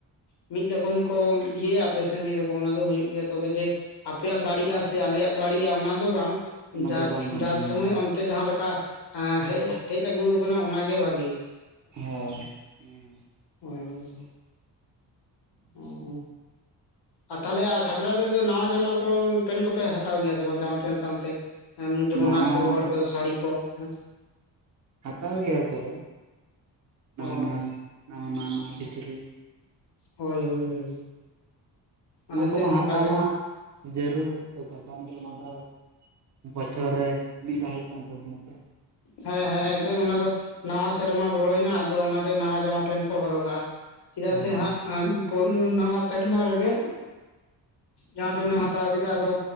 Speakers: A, on the left; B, on the right.
A: ᱢᱤᱫ ᱨᱚᱠᱚᱢ ᱠᱚ ᱤᱭᱟᱹᱭᱟ ᱟᱯᱮ ᱥᱮᱫ ᱢᱤᱫ ᱨᱚᱠᱚᱢ ᱚᱱᱟ ᱫᱚ ᱦᱩᱭᱩᱜ ᱜᱮᱭᱟ ᱛᱚᱵᱮ ᱡᱮ ᱟᱯᱮᱭᱟᱜ ᱵᱟᱹᱲᱤᱡ-ᱟ ᱥᱮ ᱟᱞᱮᱭᱟᱜ ᱵᱟᱹᱲᱤᱡ-ᱟ ᱚᱱᱟ ᱫᱚ ᱵᱟᱝ ᱾
B: ᱚᱱᱟ
A: ᱡᱟ
B: ᱫᱚ ᱵᱟᱝ ᱠᱟᱱᱟ
A: ᱡᱟᱛ
B: ᱦᱮᱸ
A: ᱥᱚᱢᱚᱭ ᱛᱮ ᱡᱟᱦᱟᱸ ᱞᱮᱠᱟ ᱮᱸ ᱦᱮᱡ ᱦᱮᱡ ᱟᱹᱜᱩ ᱟᱠᱟᱱᱟ ᱚᱱᱟ ᱜᱮ ᱵᱷᱟᱜᱤ ᱾
B: ᱦᱳᱭ ᱩᱸ᱾
A: <inaudible> ᱚᱸ ᱟᱨ ᱛᱟᱦᱚᱞᱮ ᱥᱟᱠᱨᱟᱛ ᱨᱮ ᱫᱚ ᱱᱟᱣᱟ ᱡᱟᱢᱟ ᱠᱚ ᱯᱮᱱ ᱠᱚ ᱯᱮ ᱦᱟᱛᱟᱣ ᱜᱮᱭᱟ ᱥᱮ ᱵᱟᱝ ᱡᱟᱢᱟ ᱯᱮᱱ ᱥᱟᱶᱛᱮ? ᱮᱸᱢ ᱡᱮᱢᱚᱱ
B: ᱱᱟᱣᱟ
A: ᱜᱚᱜᱚ ᱦᱚᱲ ᱠᱚ ᱫᱚ ᱥᱟᱹᱲᱤ ᱠᱚ ᱦᱮᱸ᱾
B: ᱦᱟᱛᱟᱣ ᱜᱮᱭᱟ ᱠᱚ ᱱᱟᱣᱟ
A: ᱚ
B: ᱱᱟᱣᱟ ᱱᱟᱣᱟ ᱱᱟᱣᱟ ᱱᱟᱣᱟ ᱠᱤᱪᱨᱤᱡᱸ
A: ᱦᱳᱭ ᱦᱳᱭ ᱦᱳᱭ᱾
B: ᱚᱱᱟ
A: ᱟᱞᱮ ᱥᱮᱫ
B: ᱠᱚᱢᱟ
A: ᱦᱚᱸ
B: ᱦᱟᱛᱟᱣ
A: ᱚᱱᱠᱟ ᱜᱮ
B: ᱢᱟ ᱡᱟᱹᱨᱩᱲᱮ <unintelligible> ᱚᱱᱟ ᱫᱚ᱾ ᱵᱚᱪᱷᱚᱨ ᱨᱮ ᱢᱤᱫ ᱫᱷᱟᱣ ᱦᱩᱭᱩᱜ ᱠᱟᱱ ᱛᱟᱵᱚᱱᱟ ᱛᱚ᱾
A: ᱦᱮᱸ ᱦᱮᱸ ᱮᱠᱫᱚᱢ ᱚᱱᱟ ᱫᱚ᱾ ᱱᱟᱣᱟ ᱥᱮᱨᱢᱟ ᱵᱚᱞᱚᱭᱮᱱᱟ ᱟᱫᱚ ᱚᱱᱟᱨᱮ ᱱᱟᱣᱟ ᱡᱟᱢᱟ ᱯᱮᱱᱴ ᱠᱚ ᱦᱚᱨᱚᱜᱟ-ᱟ ᱪᱮᱫᱟᱜ
B: ᱦᱳᱭ
A: ᱥᱮ ᱦᱟᱸᱜ ᱯᱩᱭᱞᱩ ᱱᱟᱣᱟ ᱥᱮᱨᱢᱟ ᱨᱮ ᱜᱮ ᱡᱟᱢᱟ ᱯᱮᱱ ᱮᱢ ᱦᱟᱛᱟᱣ ᱠᱮᱫᱟ ᱟᱫᱚ᱾